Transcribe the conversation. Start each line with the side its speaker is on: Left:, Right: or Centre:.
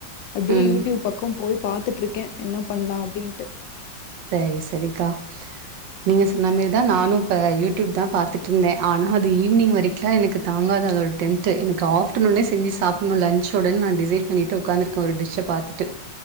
Left: அப்டியே
Right: ம்
Left: யூடியூப் பக்கம் போய் பாத்துட்டுருக்கேன் என்ன பண்ணலாம் அப்டின்ட்டு
Right: செரி செரிகா நீங்க சொன்ன மாரிதான் நானும் இப்ப யூடியூப் தான் பாத்துட்டு இருந்தேன் ஆனா அது ஈவினிங் வரைக்கும்லாம் எனக்கு தாங்காதது அதோட டென்ட் எனக்கு ஆப்டர்நூனே செஞ்சு சாப்படணும் லஞ்சோட நான் டிசட் பண்ணிட்டு உட்காந்துருக்கேன் ஒரு டிஷ்ஷ பாத்துட்டு